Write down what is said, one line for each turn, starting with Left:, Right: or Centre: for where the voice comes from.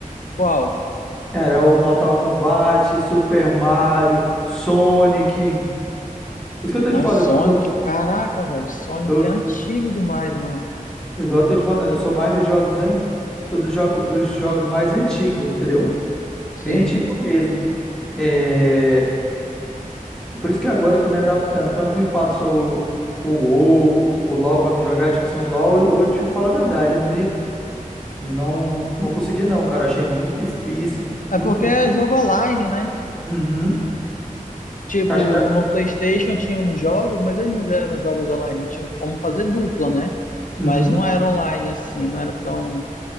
Left: Qual?
Centre: Era o Mortal Kombat, Super Mario, Sonic. Por isso que eu tô te
Left: Ah,
Centre: falando,
Left: o Sonic,
Centre: eu sou...
Left: caraca, velho, Sonic
Centre: eu-
Left: é antigo demais, mano.
Centre: igual eu tô te falando, eu sou mais dos jogos, an... sou dos, jo... dos jogos mais antigos, entendeu?
Left: Sim.
Centre: Bem antigo mesmo. É... Por isso que agora eu tô me adaptando. Quando tu me passou o, o WoW, o LoL pra me jogar, tipo assim, o LoL, eu vou te falar a verdade, eu não me... Não, não consegui não, cara. Achei muito difícil,
Left: É
Centre: muito
Left: porque é jogo online, né?
Centre: Uhum.
Left: Tipo,
Centre: Acho que
Left: no PlayStation tinha uns jogos, mas eles não já eram jogos online. Tinham como fazer dupla, né?
Centre: uhum.
Left: Mas não era online assim, não era tão